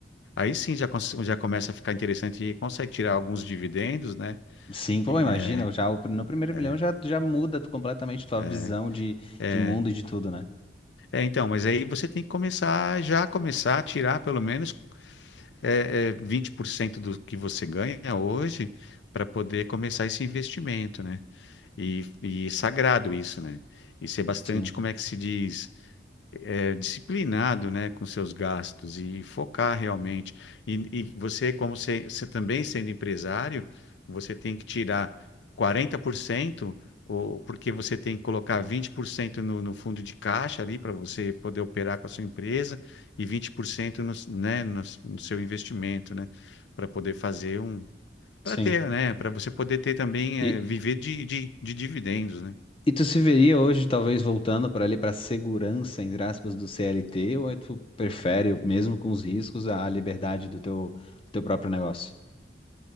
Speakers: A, on the left; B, on the left.
A: Aí sim já, cons- já começa a ficar interessante e consegue tirar alguns dividendos, né?
B: Sim, pô,
A: E,
B: imagina,
A: é,
B: já o- no primeiro
A: é,
B: milhão já, já muda tu- completamente tua
A: é.
B: visão de,
A: é.
B: de mundo e de tudo, né?
A: É, então, mas aí você tem que começar, já começar a tirar pelo menos é, é, 20% do que você ganha hoje para poder começar esse investimento, né? E, e é sagrado isso, né? E ser bastante,
B: Sim,
A: como é que se diz? disciplinado, né, com seus gastos e focar realmente. E, e você, como você, você também sendo empresário, você tem que tirar 40%, ou, porque você tem que colocar 20% no, no fundo de caixa ali para você poder operar com a sua empresa e 20% no, né, no, no seu investimento, né, para poder fazer um, para
B: sim.
A: ter, né, para você poder ter também,
B: E,
A: eh, viver de, de, de dividendos, né?
B: E tu se veria hoje, talvez, voltando para ali para segurança, entre aspas, do CLT, ou aí tu prefere, mesmo com os riscos, a liberdade do teu, do teu próprio negócio?